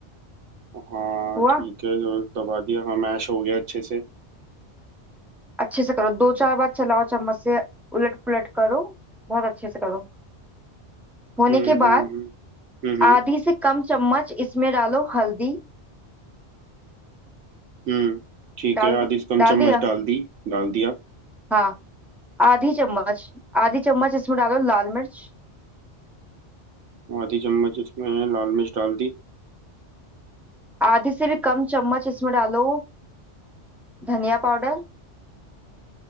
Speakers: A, on the right; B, in the centre.
A: हाँ
B: हुआ
A: ठीक है जो दबा दिया हाँ मैश हो गया अच्छे से
B: अच्छे से करो दो चार बार चलाओ चम्मच से उलट पुलट करो बहुत अच्छे से करो
A: हम्म
B: होने के
A: हम्म
B: बाद
A: हम्म हम्म हम्म
B: आधी से कम चम्मच इसमें डालो हल्दी
A: हम्म, ठीक
B: डाल
A: है आधी
B: दे-
A: से कम
B: डाल
A: चम्मच
B: दिया
A: डाल दी डाल दिया
B: हाँ आधी चम्मच आधी चम्मच इसमें डालो लाल मिर्च
A: आधी चम्मच इसमें लाल मिर्च डाल दी
B: आधी से भी कम चम्मच इसमें डालो धनिया पाउडर